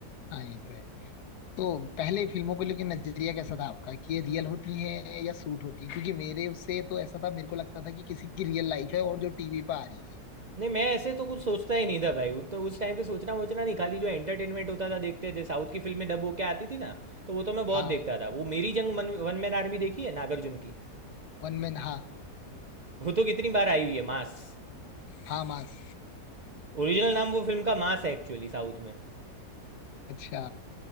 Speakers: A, on the left; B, on the right.
A: हाँ ये तो है तो पहले फिल्मों को लेकर नजरिया कैसा था आपका कि ये रियल होती हैं या सूट होती हैं क्योंकि मेरे उससे तो ऐसा था मेरे को लगता था कि किसी की रियल लाइफ है और जो टीवी पर आ रही है
B: नहीं मैं ऐसे तो कुछ सोचता ही नहीं था भाई उत- उस टाइम पे सोचना वोचना नहीं खाली जो एंटरटेनमेंट होता था देखते थे साउथ की फिल्में डब होके आती थी ना तो वो तो मैं बहुत
A: हाँ
B: देखता था वो मेरी जंग मन, वन मैन आर्मी देखी है नागार्जुन की
A: वन मैन हाँ
B: वो तो कितनी बार आई हुई है मास
A: हाँ मास
B: ओरिजिनल नाम वो फिल्म का मास है एक्चुअली साउथ में
A: अच्छा